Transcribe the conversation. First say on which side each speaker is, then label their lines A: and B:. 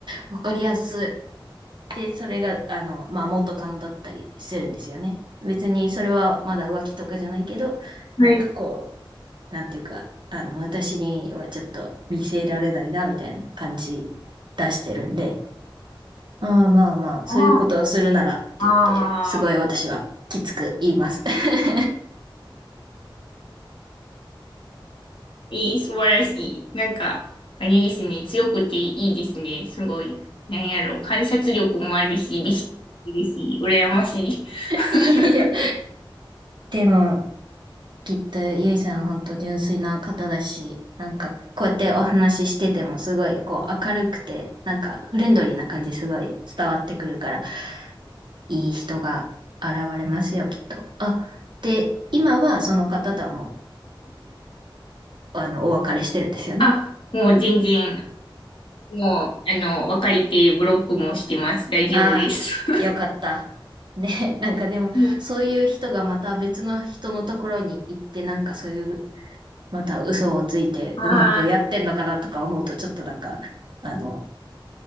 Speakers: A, on the right (about 60°); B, on the left (about 75°).
A: わかりやすい。で、それが、あの、まあ、元カノだったりするんですよね。別にそれはまだ浮気とかじゃないけど、
B: はい。
A: なんかこう、なんていうか、あの、私にはちょっと見せられないな、みたいな感じ出してるんで、ああまあまあ、そういうことをするならって言って、
B: ああ、
A: すごい私はきつく言います。
B: ああ。
A: <laughs>
B: いい、素晴らしい。なんか、あれですね。強くていいですね。すごい。なんやろ。観察力もあるし、美識もですし、羨ましい。<laughs>
A: いえいえ。でも、きっとゆいさんは本当純粋な方だし、なんかこうやってお話ししててもすごいこう明るくて、なんかフレンドリーな感じすごい伝わってくるから、いい人が現れますよ、きっと。あ、で、今はその方とはもう、あの、お別れしてるんですよね。
B: あ、もう全然、もう、あの、別れてブロックもしてます。大丈夫です。
A: ああ、
B: <laughs>
A: よかった。ね、<laughs> なんかでも、
B: うん
A: そういう人がまた別の人のところに行って、なんかそういう、また嘘をついてうまくやってんのかなとか思うと、
B: ああ
A: ちょっとなんか、あの、